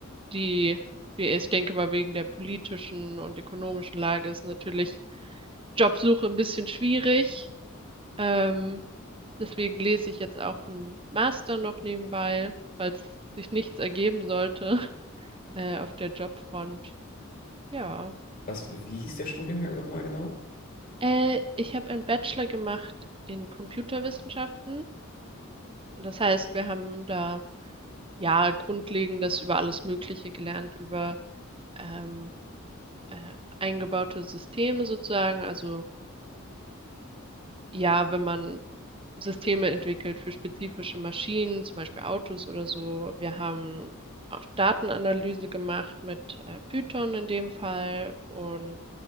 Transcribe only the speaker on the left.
Was, wie hieß der Studiengang nochmal genau?